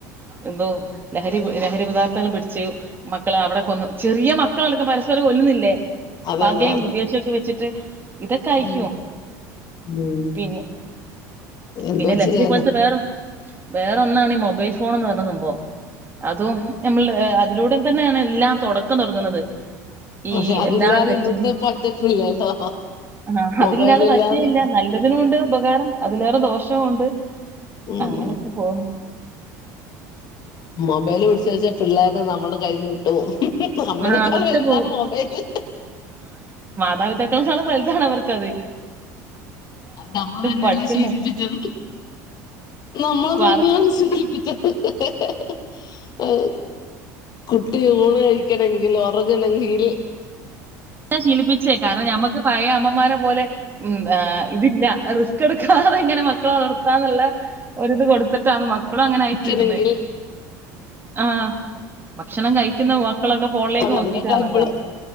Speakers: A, on the right; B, on the left.
A: എന്തോ ലഹരി ലഹരിപദാർ ങ്ങൾ പിടിച്ചു മക്കൾ അവിടെ കൊന്നു ചെറിയ മക്കളൾക്ക് പരസ്പരം കൊല്ലുന്നില്ലേ
B: അതെ
A: പാക
B: അതെ അതെ
A: വിദേശം വെച്ചിട്ട് ഇതൊക്കെ അയിക്കോ
B: ഉം ഉം
A: പിന്നെ
B: എന്തോ
A: പിന്നെ ലഹരി
B: ചെയ്യാനാ
A: പോലത്തെ വേറ വേറെന്നാണ് മൊബൈൽ ഫോൺ എന്ന് പറഞ്ഞ സംഭവ അതും നമ്മള് അതിലൂടെ തന്നെയാണല്ല എല്ലാ തുടക്കം തുടങ്ങുന്നത്
B: പക്ഷെ
A: ഈ
B: അതില്ലാതെ
A: എല്ലാ തെറ്റിന്റെയും
B: ഇന്നത്തെ പറ്റത്തില്ലല്ലോ
A: ആ, അതില്ലാതെ
B: മൊബൈൽ ഇല്ലാതെ
A: പറ്റുകയില്ല. നല്ലതിനുമുണ്ട് ഉപകാരം. അതിലേറെ ദോഷവും ഉണ്ട്
B: ഉം
A: അങ്ങനൊക്കെ പോന്ന്
B: മൊബൈല് പിടിച്ച് വെച്ച പിള്ളോരെ നമ്മുടെ കൈ വിട്ടു പോവും അമ്മനെക്കാളും
A: ആ വിട്ടുപോകും.
B: വലുതാണ് മൊബൈയില്
A: എതാവിതക്കളും വലുതാണ് അവർക്കാത്
B: അ നമ്മൾ തന്നെയല്ല
A: പഠിക്കുന്നു.
B: ശീലിപ്പിച്ചത് നമ്മളെ
A: ക്വാളി
B: തന്നെയാണ് ശീലിപ്പിച്ചത് എഹ്ഹ് ആ കുട്ടിനെ എണെങ്കിൽ ഉറണമെങ്കിൽ
A: ഇ ശീലിപ്പിച്ചേ കാരണം നമ്മുക്ക് പായ അമ്മമാരെ പോലെ ഉ് ഇതില്ല റിസ്ക് എടുക്കാതെ ഇങ്ങനെ മക്കളെ വളർത്താന്നുള്ള ഒരിത് കൊടുത്തിട്ടാന്ന് മക്കളും അങ്ങനെ
B: കുളിക്കണെങ്കിൽ
A: ആയി തീർന്നേ ആഹ ഭക്ഷണം കഴിക്കുന്ന വ മക്കളൊക്കെ ഫോണിലേക്ക് നോക്കിട്ടാണല്ലോ
B: അതിനേക്കാൾ സിമ്പിള്